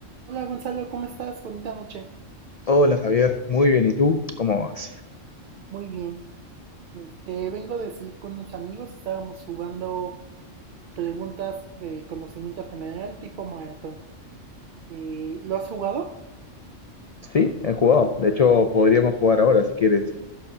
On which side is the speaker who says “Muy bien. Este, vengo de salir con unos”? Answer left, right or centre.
Right